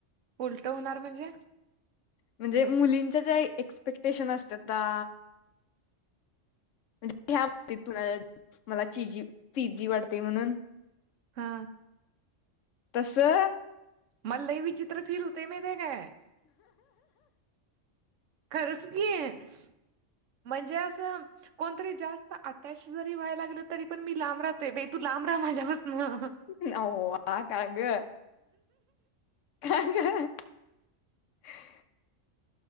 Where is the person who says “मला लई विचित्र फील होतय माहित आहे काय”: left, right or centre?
Right